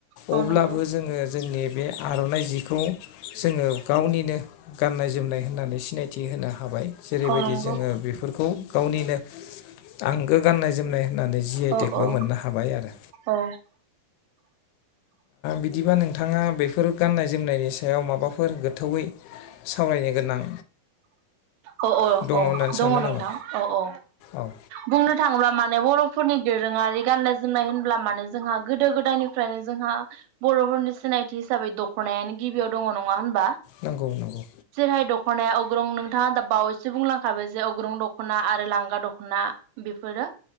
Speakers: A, on the right (about 80°); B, on the left (about 90°).
A: औ
B: अब्लाबो
A: नंगौ
B: जोङो जोंनि बे आरनाइ जिखौ जोङो गावनिनो गाननाय जोमनाय होननानै सिनायथि होनो हाबाय जेरैबायदि
A: औ नंगौ
B: जोङो बेफोरखौ गावनिनो आंगो गाननाय जोमनाय होननानै जि आइ
A: औ
B: टेकबो
A: औ
B: मोननो हाबाय आरो।
A: औ
B: बिदिबा नोंथाङा बेफोर गाननाय जोमनायनि सायाव माबाफोर गोथौयै सावरायनो गोनां
A: औ औ
B: दङ
A: औ
B: होननानै सानो
A: दङ नोंथां
B: नामा
A: औ औ
B: औ
A: बुंनो थाङोब्ला माने बर'फोरनि दोरोङारि गाननाय जोमनाय होनब्ला माने जोंहा गोदो गोदाय गोदायनिफ्रायनो जोंहा बर'फोरनि सिनायथि हिसाबै दखनायानो गिबियाव दङ नङा होनब्ला।
B: नंगौ नंगौ
A: <unintelligible> जेरैहाय दखना दखना अग्रं। नोंथाङा दा बावैसो बुंलांखाबाय जे अग्रं दखना आरो लांगा दखना बेफोरो।